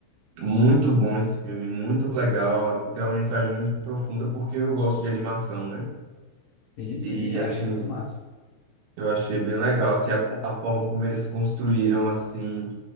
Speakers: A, on the right (about 80°); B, on the left (about 75°).
A: Muito bom esse filme, muito legal. Tem uma mensagem muito profunda, porque eu gosto de animação, né?
B: Sim, sim,
A: E,
B: eu
A: assim,
B: achei muito massa.
A: eu achei bem legal, assim, a, co- a forma como eles construíram, assim,